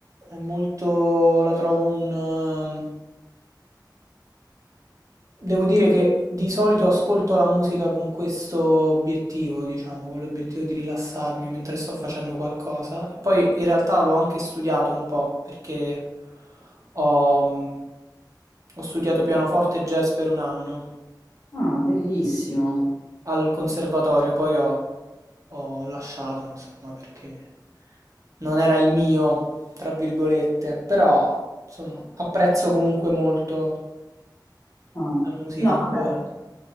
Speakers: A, on the right (about 45°); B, on the left (about 50°).
A: è molto, la trovo un, ehm, Devo dire che di solito ascolto la musica con questo obiettivo, diciamo, con l'obiettivo di rilassarmi mentre sto facendo qualcosa. E poi in realtà l'ho anche studiato un po', perché ho, mh, ho studiato pianoforte e jazz per un anno
B: Ah, bellissimo.
A: al conservatorio, poi ho, ho lasciato, insomma, perché non era il mio, tra virgolette, però, insomma, apprezzo comunque molto.
B: Ah.
A: La musica
B: No,
A: ancora.
B: vabbè,